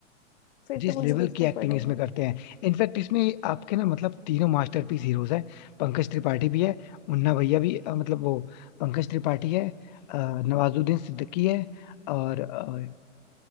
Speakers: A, on the left; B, on the left.
A: फिर
B: जिस
A: तो मुझे
B: लेवल
A: देखना
B: की एक्टिंग
A: पड़ेगा
B: इसमें करते हैं इनफैक्ट इसमें आपके ना मतलब तीनों मास्टरपीस हीरोज हैं पंकज त्रिपाठी भी है मुन्ना भैया भी अ, मतलब वो पंकज त्रिपाठी है अ, नवाजुद्दीन सिद्दीकी है और अ,